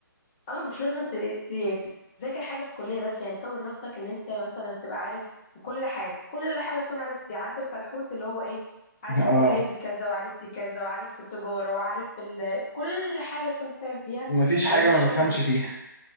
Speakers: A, on the left (about 20°); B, on the left (about 80°).
A: اه مش لازم انت ت- تذاكر حاجة في الكلية بس يعني طور نفسك ان انت مثلا تبقى عارف في كل حاجة كل حاجة تكون عارف فيها عارف الفلحوص اللي هو ايه عارف
B: <laughs> اه
A: الكلية دي كذا وعارف دي كذا وعارف التجارة وعارف ال... كل حاجة تكون فاهم فيها
B: مفيش حاجه
A: لأن الشغل
B: ما بفهمش
A: مش
B: فيها